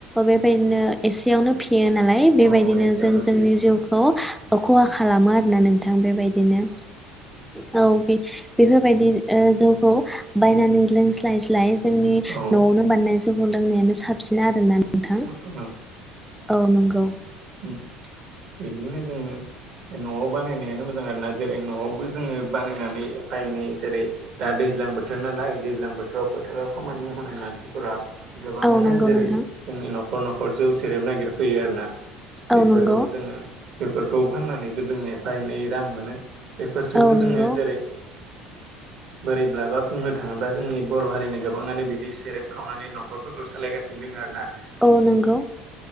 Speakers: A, in the centre; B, on the right.
A: बेबायदिनो एसे बेयावनो फि फेयो नालाय बेबायदिनो
B: औ एसेयावनो
A: जों जोंनि
B: फैयो
A: जिउखौ खालामो आरो ना नों थां बेबायदिनो औ बे बेफोरबायदि ओ जौखौ बायनानै लोंस्लाय स्लाय जोंनि
B: औ
A: न'आवनो बानायनाय जौखौ लोंनायानो साबसिन आरोना नोंथां
B: औ
A: औ नंगौ,
B: उम बिदिनो जोङो न'आव बानायनायानो मोजां आरोना, जेरै न'आवबो जोङो बानायनानै एफा एनै जेरै दा दैज्लां बोथोर नालाय दैज्लां बोथोराव फोथाराव खामानि मावनाय मानसिफोरा, गोबाङानो
A: औ नंगौ
B: जेरै
A: नोंथां
B: जोंनि न'खर न'ख हर जौ सेरेब नागिरफैयो आरो ना,
A: औ
B: बेफोरखौ
A: नंगौ
B: जोङो बेफोरखौ फाननानैबो जोङो एफा एनै रां मोनो। बेफोरजोंबो
A: औ नंगौ
B: जोङो जेरै बोरैब्लाबा बुंनो थाङोब्ला जोंनि बर' हारिनि गोबाङानो बिदि सेरेब खावनानै न'खरफोरखौ सोलायगासिनो दोङो आरो ना।
A: औ नंगौ